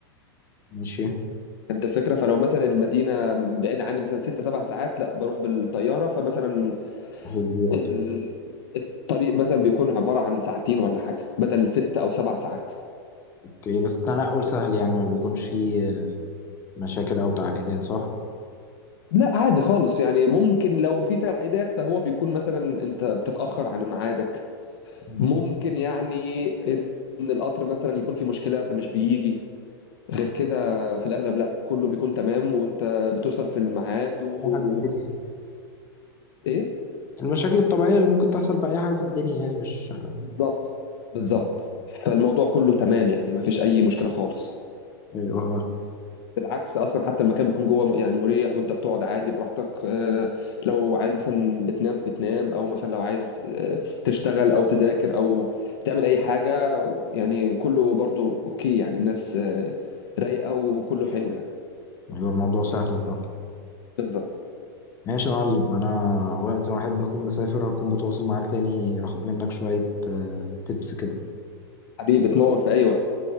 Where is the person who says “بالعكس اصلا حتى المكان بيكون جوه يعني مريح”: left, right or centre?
Left